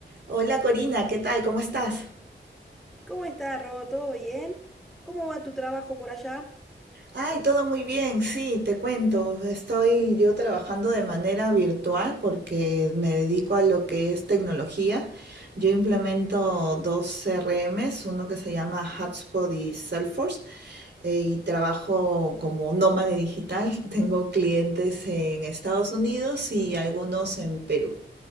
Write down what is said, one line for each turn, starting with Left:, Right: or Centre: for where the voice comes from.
Right: Hola Corina, ¿qué tal? ¿Cómo estás?
Centre: ¿Cómo está, Ro? ¿Todo bien? ¿Cómo va tu trabajo por allá?
Right: Ay, todo muy bien, sí, te cuento. Estoy yo trabajando de manera virtual porque me dedico a lo que es tecnología. Yo implemento dos CRMs, uno que se llama Hotspot y Salesforce, eh, y trabajo como nómade digital. <laughs> Tengo clientes en Estados Unidos y algunos en Perú.